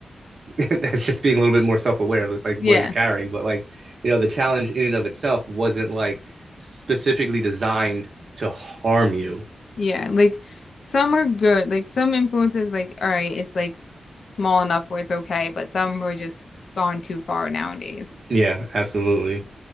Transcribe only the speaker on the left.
Yeah.
Yeah. Like some are good. Like some influences, like, all right, it's like small enough where it's okay, but some are just gone too far nowadays.